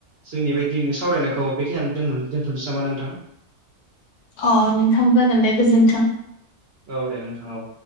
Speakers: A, on the right; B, on the left.
A: जोंनि बे दिनैनि सावरायनायखौ बेखि आं दोनथ'सै नामा नोंथां?
B: अ नोंथां जागोन दे गोजोन्थों।
A: औ दे नोंथां औ।